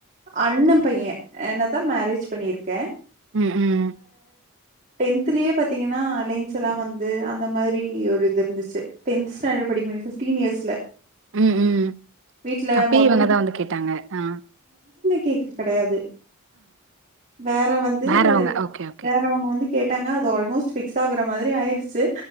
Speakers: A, on the right; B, on the right.
A: அண்ணன் பையன் என்னதா மேரேஜ் பண்ணியிருக்கே
B: உம் உம்
A: டென்த்லயே பாத்தீங்கன்னா அலைன்ஸ்லா வந்து அந்த மாரி ஒரு இது இருந்துச்சு டென்த் ஸ்டாண்டர்ட் படிக்கும்போது ஃபிப்டீன் இயர்ஸ்ல
B: உம் உம்
A: வீட்ல
B: அப்பயே
A: மொதல்
B: இவங்கதா வந்து கேட்டாங்க ஆஹ்
A: கேக்கு கெடையாது வேற வந்து
B: வேறவங்க. Okay, okay.
A: வேறவங்க வந்து கேட் ட்டாங்க அது ஆல்மோஸ்ட் ஃபிக்ஸ் ஆகுறா மாதிரி ஆயிடுச்சு